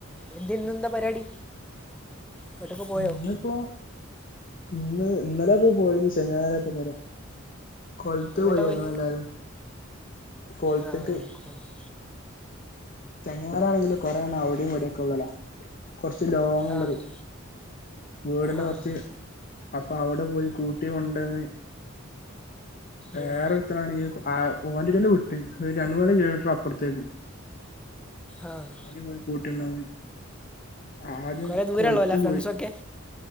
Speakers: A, in the centre; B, on the left.
A: എന്ത്ന്നെന്താ പരിവാടി? വീട്ട്ക്ക് പോയോ?
B: ഇന്നിപ്പോ ഇന്ന് ഇന്നലോക്ക് പോയി ശനിയാ രൊക്കെ പെര. കോൾത്
A: എങ്ങോട്ടാ
B: പോയി
A: പോയത്
B: ങ്ങളെല്ലാരും കൊൾത്തക്ക്.
A: ആഹ് കോളേജ്
B: ചെങ്ങായിമാരാണെങ്കിലോ കൊറേ എണ്ണം അവിടെയും ഇവിടെയുകൊള്ളൊടാ. കൊറച്ച് ലോങ്ങ്ള്ളതെ
A: ആഹ്
B: വീടിന്റെ
A: ആഹ്
B: കൊറച്ച് അപ്പൊ അവിടെ പോയി കൂട്ടി കൊണ്ടന്ന് വേറൊരുത്താനാണെങ്കി
A: ഉം
B: ആ ഓന്റെല് ല് വ്ട്ട് രണ്ട്മൂന്നാൽ കിലോമീറ്റർ അപ്പൊർത്തേകു.
A: ആഹ്
B: ഓനും പോയി കൂട്ട്ണ്ടാന്ന്. ആദ്യം
A: കുറേ ദൂരം
B: കൊളത്ത്
A: ഉള്ളതല്ലേ
B: പോയി
A: ഫ്രണ്ട്സൊക്കെ